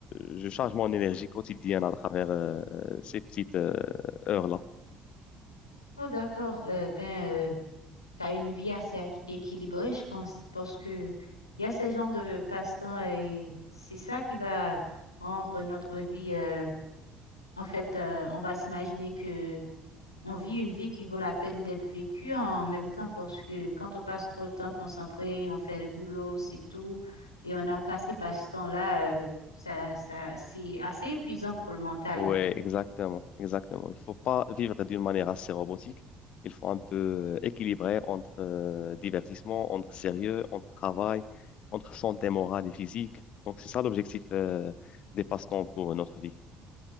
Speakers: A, on the left (about 50°); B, on the left (about 85°).
A: je, je charge mon énergie quotidienne à travers euh, ces petites euh, heures-là.
B: Oh d'accord. Euh, ben euh, t'as une vie assez ac- équilibrée je pense parce que il y a ces genres de passe-temps et c'est ça qui va rendre notre vie. euh, en fait, euh, on va s'imaginer que On vit une vie qui vaut la peine d'être vécue en même temps parce que quand on passe trop de temps concentré, on fait le boulot, c'est tout, et on a passé par ce temps-là, euh, ça, ça, c'est assez épuisant pour le mental.
A: Ouais, exactement, exactement. Il faut pas vivre d'une manière assez robotique. Il faut un peu euh, équilibrer entre euh, divertissement, entre sérieux, entre travail, entre santé morale et physique. Donc, c'est ça l'objectif euh, des passe-temps pour notre vie.